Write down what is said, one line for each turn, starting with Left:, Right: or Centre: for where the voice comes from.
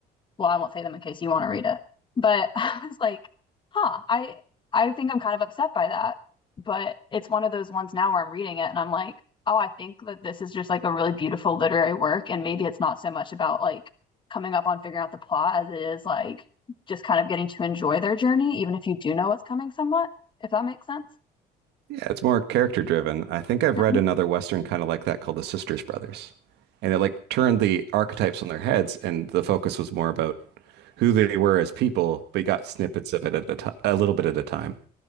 Left: well, I won't say them in case you want to read it. But <laughs> I was like, huh, I I think I'm kind of upset by that. But it's one of those ones now where I'm reading it and I'm like, oh, I think that this is just like a really beautiful literary work. And maybe it's not so much about like coming up on figuring out the plot as it is like just kind of getting to enjoy their journey, even if you do know what's coming somewhat, if that makes sense.
Right: Yeah, it's more character driven. I think I've
Left: Mhm.
Right: read another Western kind of like that called The Sisters Brothers. And it like turned the archetypes on their heads, and the focus was more about who they were as people, but you got snippets of it at a, t a little bit at a time.